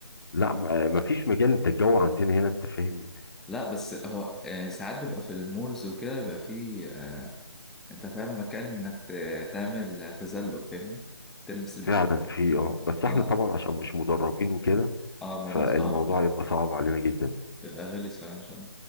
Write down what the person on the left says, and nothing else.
لا م- آه، مفيش مجال انت الجو عندنا هنا انت فاهم
فعلا في اه بس احنا
طبعا عشان مش مدربين وكده
فالموضوع
يبقى صعب علينا جدا